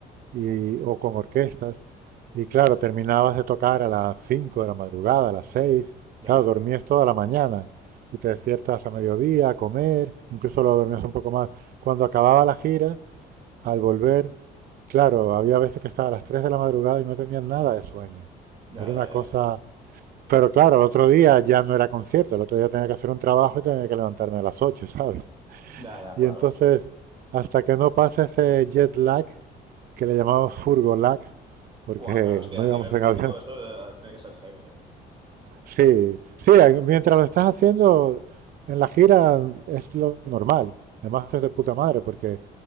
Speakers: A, on the right (about 60°); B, on the right (about 30°).
A: y, o con orquestas. Y claro, terminabas de tocar a las 5 de la madrugada, a las 6.
B: Ya,
A: Claro, dormías toda la mañana y te despiertas a mediodía a comer, incluso lo dormías un poco más. Cuando acababa la gira, al volver, claro, había veces que estaba a las 3 de la madrugada y no tenías nada de sueño.
B: ya,
A: Era
B: ya,
A: una cosa
B: ya,
A: pero claro, el otro día ya no era concierto, el otro día tenía que hacer un trabajo y tenía que levantarme a las ocho ¿sabes?
B: ya, ya,
A: Y
B: claro.
A: entonces, hasta que no pase ese jet lag, que le llamamos furgo lag, porque
B: Buah, claro, es que
A: no
B: a
A: íbamos
B: nivel
A: en
B: músico
A: avión.
B: eso
A: <laughs>
B: eh, tiene que ser heavy, eh.
A: Sí, sí, mientras lo estás haciendo en la gira es lo normal. Además es de puta madre, porque